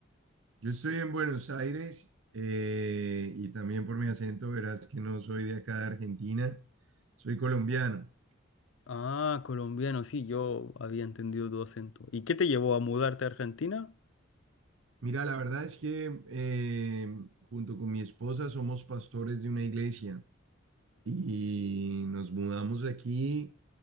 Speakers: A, on the right; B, on the left.
A: yo estoy en Buenos Aires eh, y también por mi acento verás que no soy de acá de Argentina, soy colombiano.
B: Ah, colombiano, sí, yo había entendido tu acento. ¿Y qué te llevó a mudarte a Argentina?
A: Mira, la verdad es que eh, junto con mi esposa somos pastores de una iglesia y nos mudamos aquí